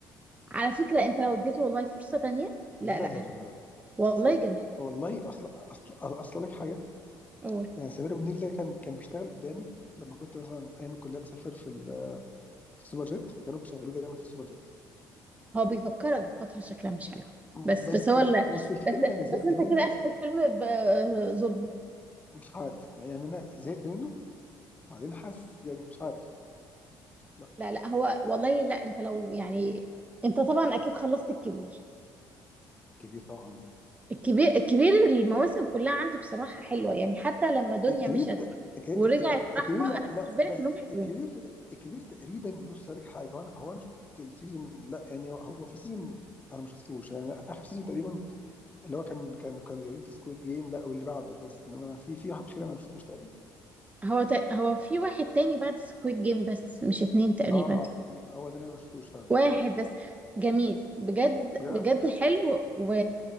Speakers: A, on the right (about 20°); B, on the left (about 20°).
A: على فكره انت لو اديته والله فرصه تانية
B: لا
A: لا لا
B: لا لا لا
A: والله
B: بس
A: جميل
B: والله اصلا اصلا اصلا لك حاجه
A: قول.
B: يعني سمير ابو النيل ده كان كان بيشتغل قدامي لما كنت مثلا ايام الكليه بسافر في ال- في السوبر جيت فكانوا بيشغلوه دايما في السوبر جيت
A: هو بيفكرك بفترة شكلها مش حلو
B: م-
A: بس
B: بس
A: بس هو
B: لا
A: ال-
B: بس الفيلم
A: بس
B: انا زهقت
A: بس انت
B: منه
A: كده اخد الفيلم بظلم
B: مش عارف يعني انا زهقت منه وبعدين حاسس يعني مش عارف لا
A: لا لا هو والله لا انت لو يعني انت طبعا اكيد خلصت الكبير
B: الكبير طبعا
A: الكبير الكبير المواسم كلها عندي بصراحة حلوة يعني حتى لما دنيا
B: الكبير
A: مشت
B: ت- الك- الك-
A: ورجعت رحمة
B: الكبير لا
A: انا بالنسبة
B: لا بس
A: لي كلهم حلوين
B: الكبير الكبير تقريبا بص لك حاجه هو انا هو انا شفت السيزون لا يعني هو في سيزون انا ما شفتوش يعني اخر سيزون تقريبا اللي هو كان كان كانوا جايبين فيه سكويد جيم لا واللي بعده بس انما في في واحد اخير انا ما شفتوش تقريبا
A: هو تا... هو في واحد تاني بعد سكويد جيم بس مش اتنين تقريبا
B: اه يبقى هو ده اللي انا ما شفتوش فعلا
A: واحد بس جميل بجد
B: بجد
A: بجد حلو و...